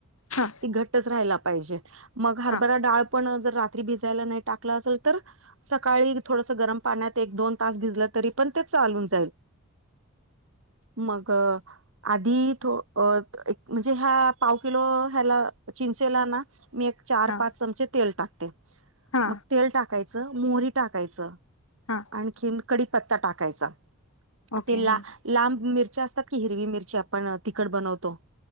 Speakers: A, on the left; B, on the right.
A: हा
B: ती घट्टच राहायला पाहिजे मग हरभरा
A: हा
B: डाळ पण जर तरी भिजायला नाही टाकल असेल तर सकाळी थोडसं गरम पाण्यात एक दोन तास भिजला तरी पण ते चालून जाईल. मग आधी थो अ एक म्हणजे ह्या पाव किलो ह्याला चिंचेला ना मी एक चार
A: हा
B: पाच चमचे तेल टाकते
A: हा
B: मग तेल टाकायचं मोहरी टाकायचं.
A: हा
B: आणखीन कडीपत्ता टाकायचा
A: ओके
B: तला
A: हा
B: लांब मिरच्या असतात की हिरवी मिरची आपण तिकट बनवतो.